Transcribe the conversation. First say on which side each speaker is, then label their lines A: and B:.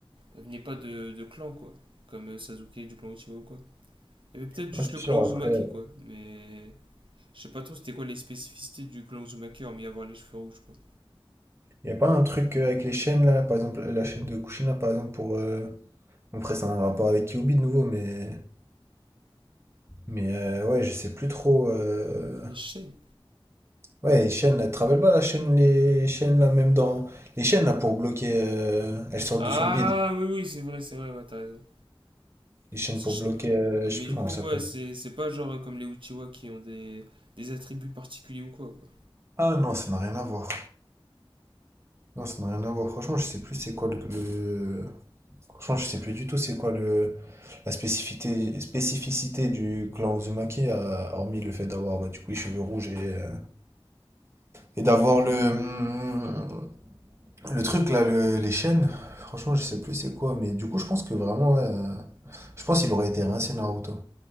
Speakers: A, on the right (about 65°); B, on the right (about 30°).
A: il venait pas de, de clan, quoi. Comme euh, Sasuke du clan Uchiwa ou quoi. Il y avait peut-être
B: Non,
A: juste
B: c'est
A: le clan
B: sûr,
A: Uzumaki,
B: après.
A: quoi. Mais je sais pas trop c'était quoi les spécificités du clan Uzumaki, hormis avoir les cheveux rouges, quoi.
B: Il n'y a pas un truc euh, avec les chaînes là, par exemple, la chaîne de Kushina par exemple, pour. euh, Après, c'est un rapport avec Kyuubi de nouveau, mais. Mais euh, ouais, je sais plus trop. euh,
A: Les chaînes.
B: Ouais, les chaînes là, tu te rappelles pas la chaîne, les chaînes là, même dans. Les chaînes là pour bloquer. euh, Elles sortent
A: Ah,
B: de son bide.
A: oui, oui, c'est vrai, c'est vrai, ouais, t'as raison.
B: Les chaînes
A: Ça,
B: pour
A: je sais
B: bloquer.
A: pas.
B: euh, Je
A: Mais
B: sais plus
A: du
B: comment
A: coup,
B: ça
A: ouais,
B: s'appelle.
A: c'est c'est pas genre euh, comme les Uchiwa qui ont des, des attributs particuliers ou quoi, quoi.
B: Ah non, ça n'a rien à voir. Non, ça n'a rien à voir. Franchement, je sais plus c'est quoi le, le- Franchement, je sais plus du tout c'est quoi le... la spécificité, spécificité du clan Uzumaki, à- hormis le fait d'avoir bah, du coup les cheveux rouges et, euh, et d'avoir le... hum, le truc là, le- les chaînes. Franchement, je sais plus c'est quoi, mais du coup, je pense que vraiment, ouais, euh, je pense qu'il aurait été rincé Naruto.